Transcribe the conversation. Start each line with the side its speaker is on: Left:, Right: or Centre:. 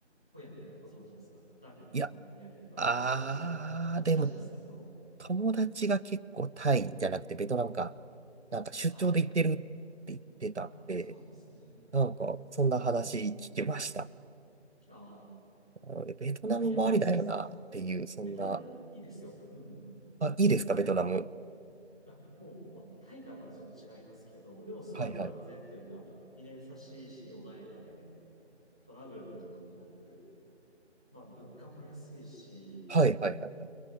Centre: ホイアンってね、ご存知ですかベトナムの隣にある、
Right: いや
Centre: まあ、
Right: あー、
Centre: 歴史的な街なんですけど、
Right: でも、友達が結構タイじゃなくてベトナムか。なんか出張で行ってるって言ってたんで、
Centre: はい。あ、そうなんですね。
Right: なんかそんな話聞きました。
Centre: ああ、
Right: なのでベトナムもありだよなっていう、
Centre: 本屋もです
Right: そんな。
Centre: ベトナムいいですよ。うん。
Right: あ、いいですか、ベトナム。
Centre: あ、もう、まあ、タイとはまたちょっと違いますけど、でもすごい安全というか、
Right: はいはい。
Centre: みんな優しいし、穏やかで、トラブルも特になく、まあ、物価も安いし、
Right: はいはいはいはい。